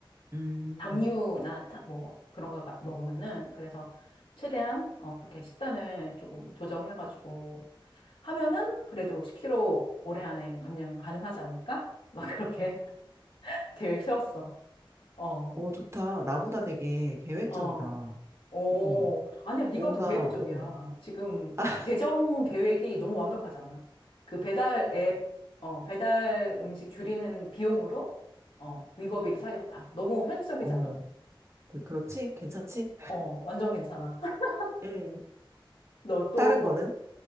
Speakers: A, on the right; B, on the left.
A: 음.
B: 당류나 타- 뭐 그런 걸 마- 먹으면은 그래서 최대한 어 그렇게 식단을 조금 조정해가지고 하면은 그래도 10kg 올해 안에 감량 가능하지 않을까? 막 그렇게 <laughs> 계획 세웠어. 어,
A: 오, 좋다. 나보다 되게 계획적이다.
B: 어. 오,
A: 어,
B: 아니야, 네가
A: 뭔가,
B: 더 계획적이야.
A: 어,
B: 지금
A: <laughs>
B: 재정 계획이 너무 완벽하잖아. 그 배달 앱, 어, 배달 음식 줄이는 비용으로 어, 위거비를 사겠다. 너무 현실적이지
A: 어,
B: 않아?
A: 그, 그렇지? 괜찮지?
B: 어, 완전 괜찮아. <laughs>
A: 응.
B: 너또뭐
A: 다른 거는?